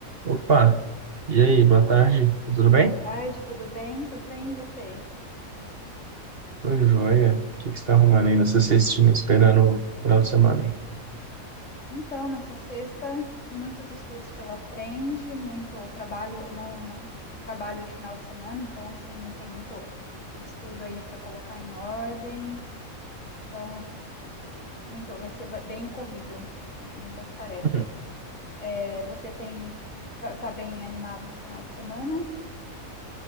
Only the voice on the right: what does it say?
Opa, e aí, boa tarde, tudo bem?
Tudo joia. O que que você está arrumando aí na sua cestinha, esperando o final de semana? <clears throat>
Uhum.